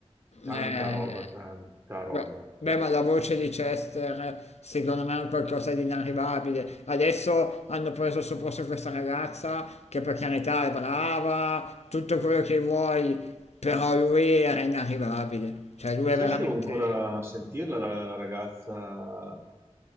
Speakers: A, on the right; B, on the left.
A: tanta
B: eh,
A: roba, tanta roba
B: beh,
A: proprio.
B: beh, ma la voce di Chester secondo me è un qualcosa di inarrivabile. Adesso hanno preso sul posto questa ragazza che per carità è brava, tutto quello che vuoi, però lui era inarrivabile. Cioè lui
A: Sai
B: è veramente...
A: che devo ancora sentirla la, la ragazza?